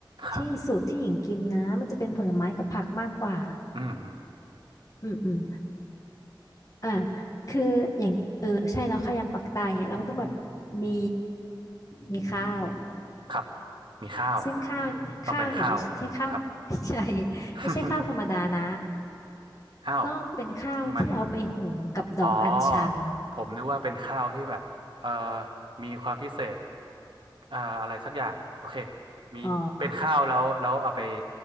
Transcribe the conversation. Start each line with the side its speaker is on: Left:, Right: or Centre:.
Right: ครับ
Left: ที่สูตรที่หญิงกินนะมันจะเป็นผลไม้กับผักมากกว่า
Right: อืมอืม
Left: อืมอืมอ่าคืออย่างเออใช่เนาะข้าวยำปักใตายเนี่ยเราก็ต้องแบบมีมีข้าว
Right: ครับ มีข้าว
Left: ซึ่งข้าวข้าวเนี่ยไม่ใช่ข้าว
Right: ต้องเป็นข้าว ครับ
Left: <laughs> ใช่
Right: <laughs>
Left: ไม่ใช่ข้าวธรรมดานะ
Right: อ้าว
Left: ต้องเป็นข้าวที่เอาไปหุงกับดอกอัญชัน
Right: มัน อ๋อ ผมนึกว่าเป็นข้าวที่แบบ เอ่อมีความพิเศษเอ่ออะไรสักอย่าง โอเค มี
Left: อ๋อ
Right: เป็นข้าวแล้ว แล้วเอาไป